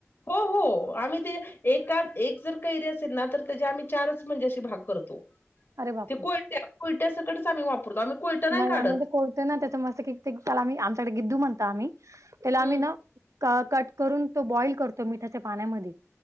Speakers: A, on the left (about 45°); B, on the right (about 80°).
A: हो हो आम्ही ते एकाच एक जर कैरी असेल ना, तर त्याचे आम्ही चारच म्हणजे अशे भाग करतो.
B: अरे बापरे
A: ते कोयट्या-कोयट्या सकटच आम्ही वापरतो. आम्ही कोयटा नाही
B: <unintelligible>
A: काढत.
B: ना त्याचं मस्त पैकी त्याला आम्ही आमच्याकडे गिद्दू म्हणतो आम्ही त्याला आम्ही
A: हम्म
B: ना क-कट करून तो बॉईल करतो मिठाच्या पाण्यामध्ये